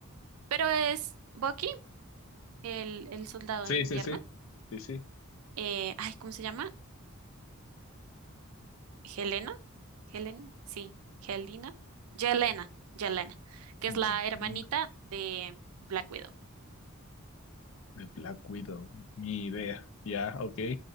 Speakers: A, on the right; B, on the left.
A: Pero es Bucky, el, el soldado
B: Sí,
A: del invierno.
B: sí, sí. Sí, sí.
A: Eh, ay, ¿cómo se llama? Helena. Helen, sí, Helena. Yelena, Yelena, que
B: Yelena,
A: es la hermanita de Black Widow,
B: de Black Widow. Mi idea. Ya, ok.